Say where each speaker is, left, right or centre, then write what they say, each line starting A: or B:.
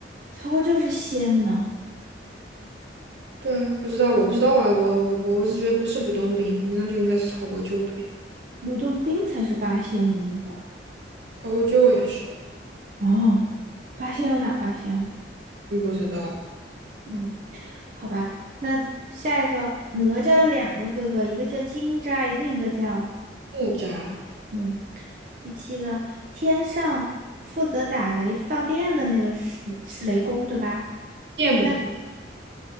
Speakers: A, on the right; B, on the right.
A: 曹国舅是仙呢，
B: 对啊，不知道，我不知道啊，我我我我是觉得不是吕洞宾，那就应该是曹国舅呗。
A: 吕洞宾才是八仙里面的
B: 曹国舅也是，
A: 哦，八仙有哪八仙啊？
B: 嗯，不知道。
A: 嗯，好吧，那下一个哪吒有两个哥哥，一个叫金吒，另一个叫
B: 木渣
A: 嗯，第七个天上负责打雷放电的那个是是雷公对吧？
B: 羡慕，
A: 那